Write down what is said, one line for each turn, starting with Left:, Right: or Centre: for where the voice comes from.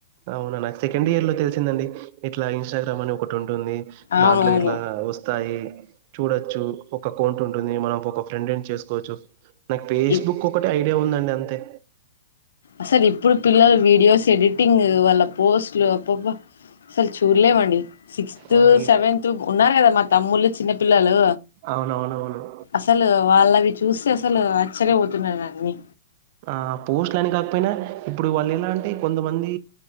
Right: అవునా సెకండ్ ఇయర్ లో తెలిసిందండి ఇట్ల ఇన్స్టగ్రామ్ అని ఒకటి ఉం టుంది
Left: అవునవును
Right: దాంట్లో ఇట్లా వస్తాయి <unintelligible> చూడొచ్చు ఒక అక్కౌంట్ ఉంటుంది మనం ఒక ఫ్రెండ్ ని చేసుకోవచ్చు నాకు ఫేస్బుక్
Left: ఇప్
Right: ఒకటి ఐడియా ఉందండి అం దే
Left: అసలు ఇప్పుడు పిల్లలు వీడియోస్ ఎడిటింగ్ వాళ్ళ పోస్ట్లు అబ్బబ్బ అసలు చూ చూడలేమండి సిక్స్త్
Right: ఆ, ఈ-
Left: సెవెన్త్ ఉన్నారు కదా మా తమ్ముళ్లు చిన్న పిల్లలు
Right: అవునవునవును
Left: అసలు వాళ్ళవి చూస్తే అసలు ఆశ్చర్య పోత న్నా న్నన్ని
Right: ఆ పోస్ట్లు అని కాకపోయినా ఇప్పుడు వాళ్ళు ఎలా అంటే కొంతమంది